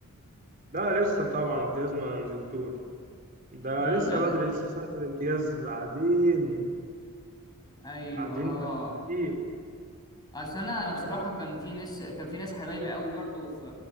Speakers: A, on the right; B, on the left.
A: لا لسه طبعا امتياز ما نزلتوش ده
B: امم
A: لسه
B: انا
A: بدري لسه سنة الامتياز بعدين
B: ايوه
A: بعدين
B: اه
A: بقى كتير
B: اصل انا انا بصراحه
A: لا،
B: كان في ناس كان في ناس حبايبي قوي برضو في